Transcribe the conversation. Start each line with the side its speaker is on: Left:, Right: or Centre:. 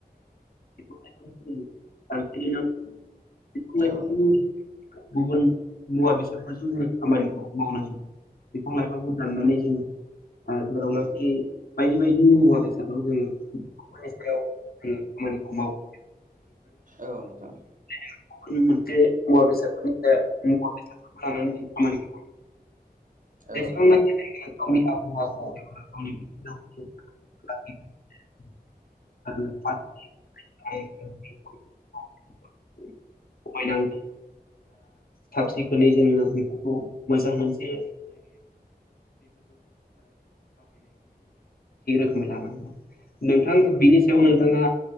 Left: <unintelligible> बिफां लाइफां
Right: औ नोंथां औ नोंथां
Left: गुबुन मुवा बेसादफोरजों जोङो खामानिखौ मावनांदों बिफां लाइफांखौ दाननानै जोङो जेरावनाखि बायदि बायदि मुवा बेसादाव जायो मोननि सायाव उम खामानिखौ माव
Right: औ नोंथां
Left: <unintelligible> मोनसे मुवा बेसादफोरनि मुवा बेसादफोरखौ लानानै जों खामानिखौ <inaudible>
Right: औ
Left: जेसेबांनाखि बे गावनि आबहावाखौ <unintelligible> <unintelligible> खमायनांगौ साब सिखोननै जोङो बेफोरखौ मोजां मोनसे <inaudible> नोंथां बिनि सायाव नोंथाङा